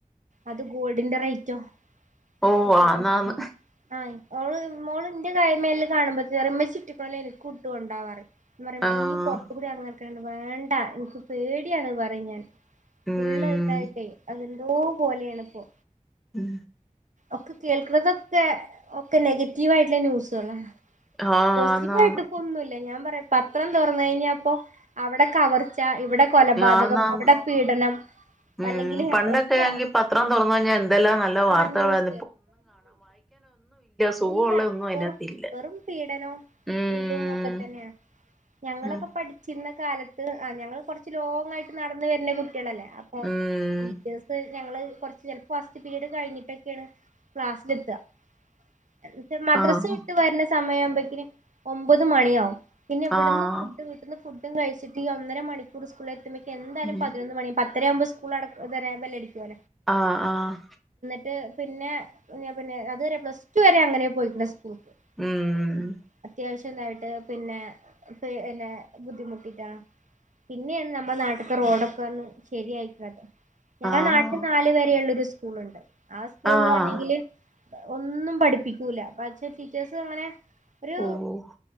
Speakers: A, on the right (about 65°); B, in the centre.
A: അത് ഗോൾഡിന്റെ റൈ റ്റും
B: ഓ
A: അതെ
B: ആന്നാന്ന്
A: അതെ ആ ഓൾ മോൾന്റെ കാര്യ മേൽ കാണുമ്പോത്തിന് പറിം ഇമ്മച്ചി ഇട്ട് പോലെ എനിക്കും ഇട്ടുകൊണ്ടാ പറിം ഞാൻ പറിം
B: ആഹ്
A: ഇയ്യ് പൊറത്തുകൂടെ ഇറങ്ങുന്ന വേണ്ട എനിക്ക് പേടിയാണ് പറയും ഞാൻ
B: ഉം
A: ഫുള്ള് അത് ഇതായിട്ടേ <unintelligible> പോലെയാണ് ഇപ്പോ
B: ഉം
A: ഒക്കെ കേൾക്കണതൊക്കെ ഒക്കെ നെഗറ്റീവായിട്ടുള്ള ന്യൂസുകള
B: ആഹ്
A: പോസിറ്റീവ്
B: ആന്നാന്ന്
A: ആയിട്ട് ഇപ്പൊ ഒന്നുമില്ല ഞാൻ പറയാ പത്രം തുറന്ന കഴിഞ്ഞപ്പോ അവിടെ കവർച്ച ഇവിടെ കൊലപാതകം
B: ആണ് ആണ്
A: അവിടെ പീഡനം
B: ഉം
A: അല്ലെങ്കില്
B: പണ്ടൊക്കെ
A: ഒക്കെ
B: പത്രം തുറന്നു കഴിഞ്ഞാൽ എന്തെല്ലാം നല്ല
A: ആഹ്
B: വാർത്തകളായി
A: ന്യൂസ്
B: സുഖമുള്ള
A: ഇല്ല
B: ഒന്നും അതിനകത്തില്ല
A: വെറും വെറും പീഡനവും
B: ഉം
A: ഇതും ഒക്കെ തന്നെയാണ് ഞങ്ങളൊക്കെ
B: ഉം
A: പഠിച്ചിരുന്ന കാലത്ത് ആ ഞങ്ങൾ കുറച്ച് ലോങ് ആയിട്ട് നടന്നന്ന് വരുന്ന ല്ലേ അപ്പൊ
B: ഉം
A: ടീച്ചേഴ <unintelligible> ഞങ്ങൾ കുറച്ച് ചിലപ്പോൾ ഫസ്റ്റ് പിരീയഡ് കഴിഞ്ഞിട്ട് <inaudible> ക്ലാസ്സിൽ എത്ത <unintelligible> മദ്രസ
B: ആഹ്
A: വിട്ട് വരുന്ന സമയുമ്പക്കും ഒമ്പത് മണിയാവും പിന്നെ ഇവിടുന്ന്
B: ആഹ്
A: ഫുഡ് വീട്ടിൽ ന്ന് ഫുഡും കഴിച്ചിട്ട് ഈ ഒന്നര മണിക്കൂർ <inaudible> എന്തായാലും
B: ഉം
A: പതിനൊന്ന് മണി യാവും പ പത്തര ആവുമ്പോ
B: ആഹ് ആഹ്
A: <unintelligible> പിന്നെ പിന്നെ അതുവരെ പ്ലസ്ടു വരെ അങ്ങനെ പോയി <inaudible>
B: ഉം
A: അത്യാവശ്യം പിന്നെ ബുദ്ധിമുട്ടിട്ടാ പിന്നെയാണ് നമ്മുടെ നാട്ടത്തെ രോടൊക്കെ ന്ന് ശരിയായികനത് ഞങ്ങൾ
B: ആഹ്
A: നാട്ടിൽ നാല് വരെയുള്ളു സ്കൂളുണ്ട് ആ സ്കൂളിലാണെങ്കില്
B: ആഹ്
A: ഒന്നും പഠിപ്പിക്കൂല പക്ഷേ ടീച്ചേഴസ് അങ്ങനെ ഒരു
B: ഓഹ്